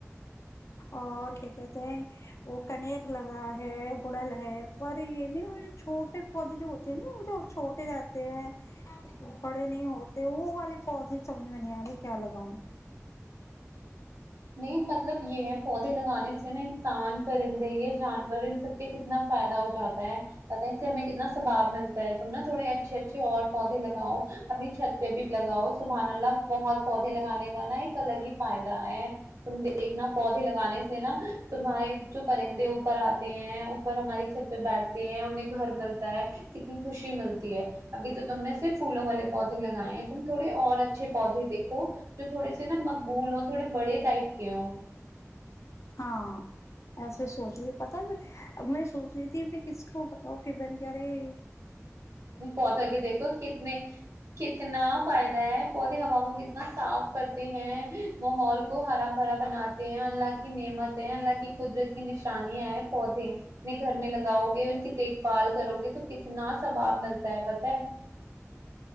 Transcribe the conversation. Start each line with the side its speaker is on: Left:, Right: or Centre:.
Left: اور کیا کہتے ہیں وہ کنیر لگ رہا ہے گڑھل ہے پر یہ نہیں چھوٹے پودے جو ہوتے ہیں نا وہ جو چھوٹے رہتے ہیں بڑے نہیں ہوتے وہ والے پودے سمجھ میں نہیں آ رہے کیا لگاؤں
Right: نہیں مطلب یہ ہے پودے لگانے سے نا انسان پرندے یا جانور ان سب کے کتنا فائدہ ہو جاتا ہے پت ہے اس سے ہمیں کتنا سثباب ملتا ہے تم نا تھوڑے اچھے اچھے اور پودے لگاؤ اپنی چھت پہ بھی لگاؤ سبحان اللہ بہت پودے لگانے کا نا ایک الگ ہی فائدہ ہے ت دیکھنا پودے لگانے سے نا تمہارے جو پرندے اوپر آتے ہیں اوپر ہماری چھت پہ بیٹھتے ہیں انہیں گھر ملتا ہے کتنی خوشی ملتی ہے ابھی تو تم نے صرف پھولوں والے پودے لگائے ہیں تم تھوڑے اور اچھے پودے دیکھو جو تھوڑے سے نا مقبول ہو تھوڑے بڑے ست کیوں
Left: ہاں ایسے سوچنے پتا میں سو س میں کس کو بتاؤں پ بن کیاے
Right: پودا کے دیکھو کتنے کتنا فائد ہے <unintelligible> پودے ہوا وہ کتنا صاف کرتے ہیں ماحول کو ہرا بھرا بناتے ہیں اللہ نعمت ہے اللہ کی قدرت کی نشانیاں ہیں پودے اپ گھر میں لگاؤ گے ان کی دیکھ بھال کرو گے تو کتنا سثباب چلتا ہے پت ہے